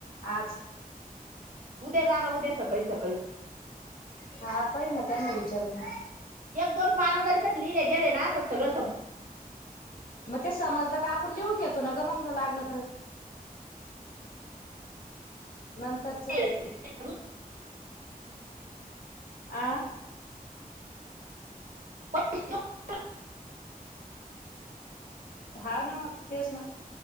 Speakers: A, on the left; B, on the right.
A: आज.
B: उद्या जा ना उद्या सकाळी सकाळी.
A: हा पाहिन ना त्यांना विचारून.
B: एक दोन पान जरी का लिहिले गेले ना तर सगळं संप
A: म ते समजलं का आपण लिहून घेतो ना ग मंग लागलं तर. नंतर.
B: <inaudible>
A: आ.
B: <inaudible>
A: हाव ना मग तेच ना.